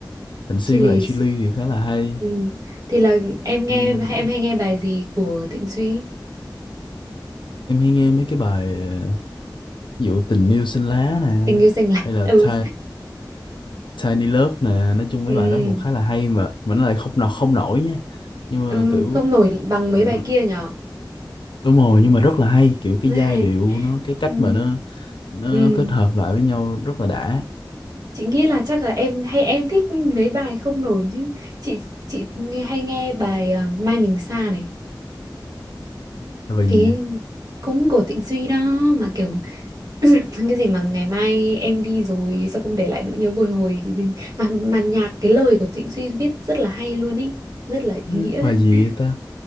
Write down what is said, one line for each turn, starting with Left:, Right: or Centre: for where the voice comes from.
Left: Thịnh Suy
Right: Chillies.
Left: với lại Chillies thì khá là hay
Right: Ừ. Thì là em nghe
Left: ừ,
Right: em hay nghe bài gì của Thịnh Suy?
Left: em hay nghe mấy cái bài ờ, ví dụ tình yêu xanh lá nè
Right: Tình yêu xanh lạnh.
Left: hay là
Right: Ừ.
Left: Ti- Tiny Love nè nói chung mấy
Right: Ừ.
Left: bài đó cũng khá là hay mà mà nó lại không nọ không nổi nha nhưng mà
Right: Ừ.
Left: kiểu
Right: Không nổi bằng
Left: ừ,
Right: mấy bài kia nhỉ?
Left: đúng rồi
Right: Ừ.
Left: nhưng mà rất là hay kiểu cái
Right: <laughs>
Left: giai điệu nó cái cách
Right: Ừ. Ừ.
Left: mà nó nó,
Right: Ừ.
Left: nó kết hợp lại với nhau rất là đã
Right: Chị nghĩ là chắc là em hay em thích mấy bài không nổi chứ chị chị nghe, hay nghe bài ờ, Mai Mình Xa này
Left: Là bài
Right: cái
Left: gì vậy?
Right: cũng của Tịnh Duy đó mà kiểu <coughs> <clears throat> cái gì mà ngày mai em đi rồi sao không để lại nỗi nhớ bồi hồi cái gì mà mà nhạc cái lời của Trịnh Suy viết rất là hay luôn ý rất là ý
Left: ừ,
Right: nghĩa
Left: bài gì
Right: <laughs>
Left: vậy ta